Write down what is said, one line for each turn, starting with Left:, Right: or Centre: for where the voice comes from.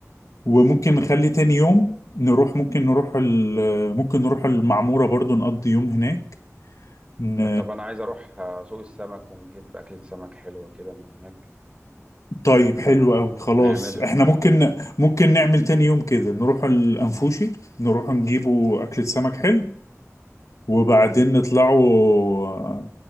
Left: وممكن
Right: تمام
Left: نخلي تاني يوم نروح ممكن نروح ال- ممكن نروح المعمورة برضو نقضي يوم هناك ن...
Right: لا طب انا عايز اروح آه، سوق السمك ونجيب اكلة سمك حلوة كده من هناك
Left: طيب حلو
Right: آه،
Left: قوي خلاص
Right: ونعملها
Left: احنا ممكن
Right: آه،
Left: ممكن نعمل تاني يوم كده نروح الأنفوشي نروح نجيبوا أكلة سمك حلو وبعدين نطلعوا